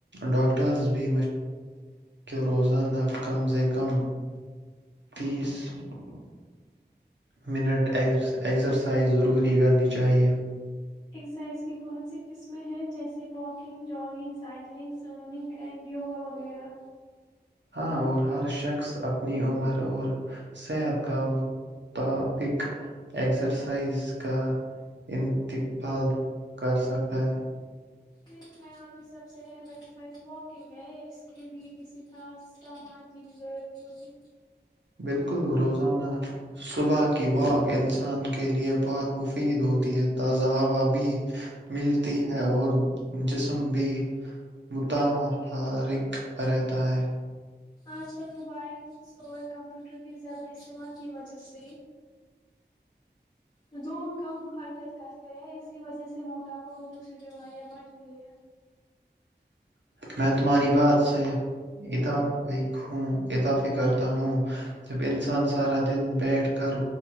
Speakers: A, on the right; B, on the left.
A: ڈاکٹر بھی روزانہ کم از کم تیس کیلوریز استعمال کرنے کا مشورہ دیتے ہیں۔ منٹ ایکگزرسائز ضروری کرنی چاہیئے
B: اسسائز کی بہت سی قسمیں ہیں جے walking joggings cycling swimming and yoga وغیرہ
A: ہاں اور ہر شخص اپنی عمر اور صحت کا مطابق ایکسرسائز کا انتقبال کر سکتا ہے
B: میرے خیال میں سب سے اہم ایکسرسائز واکنگ ہے اس کے لیے کسی خاص سامان کی بھی ضرورت نہیں ہوتی
A: بالکل روزانہ صبح کی وات انسان کے لیے بہت مفید ہوتی ہے تازہ ہوا بھی ملتی ہے اور جس بھی متاحرک رہتا ہے
B: آج کل موبائلس اور کمپیوٹر کے زیادہ استعمال کی وجہ سے ل کم حرکت کرتے ہیں اسی وجہ سے موٹاپا اور دوسری بیماریاں بٹ رہی ہے
A: میں تمہاری بات سے یہ تو وہوں اضافی کرتا ہوں جب انسان سارا دن بیٹھ کر